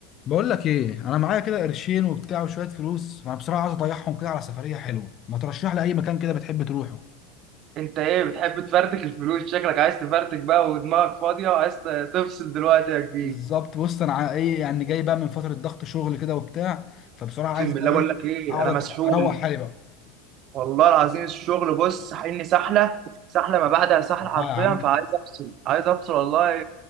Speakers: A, on the left; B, on the right.
A: بقول لك ايه انا معايا كده قرشين وبتاع وشويه فلوس فانا بصراحه عايز اضيعهم كده على سفريه حلوه ما ترشح لي اي مكان كده بتحب تروحه
B: انت ايه بتحب تفرتك الفلوس شكلك عايز تفرتك بقى ودماغك فاضيه وعايز تفصل دلوقتي يا كبير
A: بالظبط بص انا عا- ايه يعني جاي بقى من فتره ضغط شغل كده وبتاع فبصراحه
B: اقسم
A: عايز بقى
B: بالله
A: ايه
B: بقول لك ايه
A: اقعد
B: انا مسحول
A: أت- اروق حالي بقى
B: والله العظيم الشغل بص ساحلني سحله سحله ما بعدها سحله
A: لا
B: حرفيا
A: يا عم
B: فعايز افصل عايز افصل والله